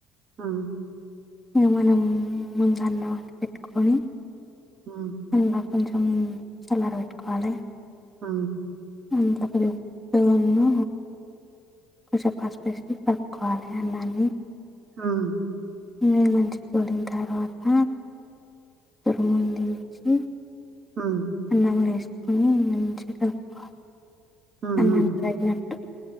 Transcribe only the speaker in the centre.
ఇహ మనం ముందు అన్నం పెట్టుకొని
అందులో కొంచెం సల్లారా పెట్టుకోవాలి.
<unintelligible> ఉన్నా కొంచెం పసుపేసి కలుపుకోవాలి అన్నాన్ని.
<unintelligible> పోలిన తర్వాత తరుముంది ఏసి
అన్నములో వేసుకొని మంచిగా కలుపుకోవాలి
అన్నానికి
తగినట్టు